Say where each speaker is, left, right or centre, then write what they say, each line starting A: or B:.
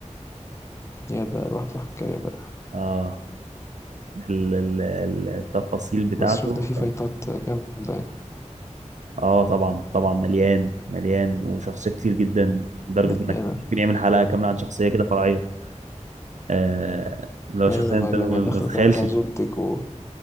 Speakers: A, on the left (about 20°); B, on the right (about 75°).
A: يعني ده لوحده حكاية ده
B: اه ال... ال... ال- التفاصيل بتاعته
A: بس شوف ده فيه فايتات
B: كانت
A: جامدة
B: اه طبعا طبعا مليان مليان وشخصيات كتير جدا لدرجه
A: يعني
B: انك
A: يعني
B: ممكن يعمل حلقه كامله عن شخصيه كده فرعيه آه اللي هو شخصيه
A: ايوه لما
B: انت ما
A: لما دخلوا
B: تتخيلش
A: كانوا بتاع زولتك و...